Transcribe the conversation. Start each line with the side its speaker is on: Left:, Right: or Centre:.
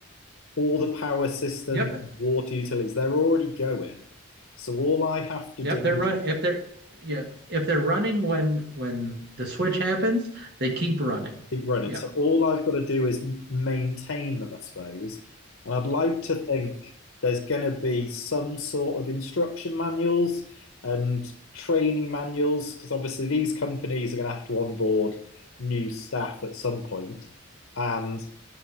Left: all the power systems,
Right: Yep,
Left: water utilities, they're already going. So all I have to
Right: Yep,
Left: do
Right: they're
Left: is
Right: running. if they're yeah, if they're running when when the switch happens, they keep running.
Left: keep running.
Right: Yeah.
Left: So all I've got to do is m- maintain them, I suppose. And I'd like to think there's going to be some sort of instruction manuals and training manuals, because obviously these companies are going to have to onboard new staff at some point. And